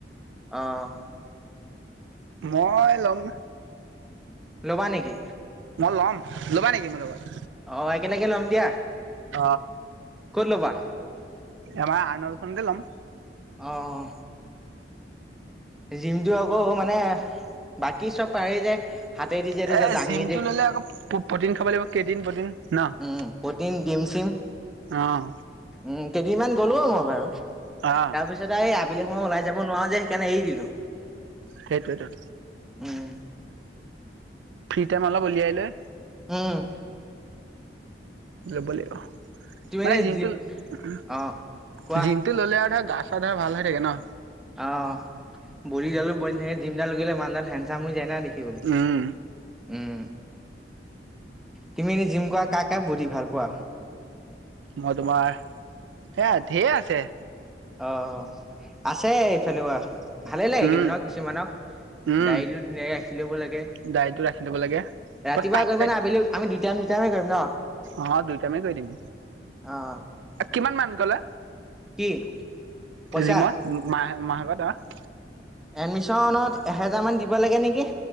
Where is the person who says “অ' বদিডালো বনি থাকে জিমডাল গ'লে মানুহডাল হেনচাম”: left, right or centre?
Centre